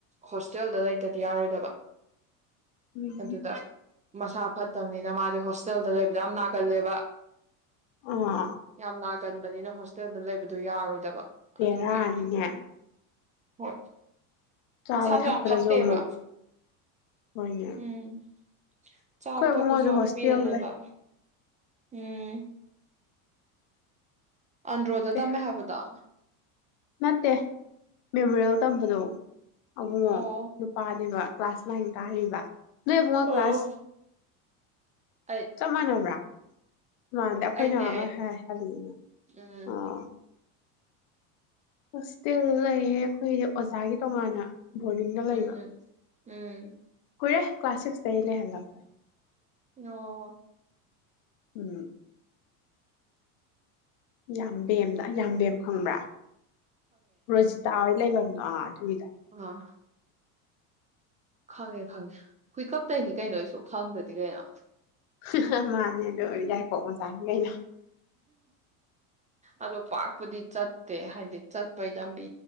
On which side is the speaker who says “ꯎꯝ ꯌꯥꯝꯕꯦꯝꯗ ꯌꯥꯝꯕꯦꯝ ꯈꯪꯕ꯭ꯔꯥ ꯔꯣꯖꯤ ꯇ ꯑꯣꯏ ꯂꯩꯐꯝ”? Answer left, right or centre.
Left